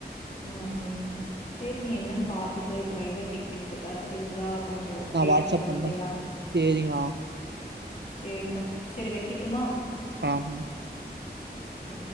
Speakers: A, on the left; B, on the right.
A: அ ம் சேரி நீ என்னன்னு பாத்துட்டு டிரைவர் டீட்டெயில்ஸ் ஏதாச்சு இருந்தா கொஞ்சோ
B: நான்
A: கேட்டுட்டு
B: வாட்ஸ்அப்
A: சொல்றியா
B: பண்றேன். சரிங்க.
A: சேரிடா சேரி வெக்கட்டுமா
B: ஆம்
A: ம்.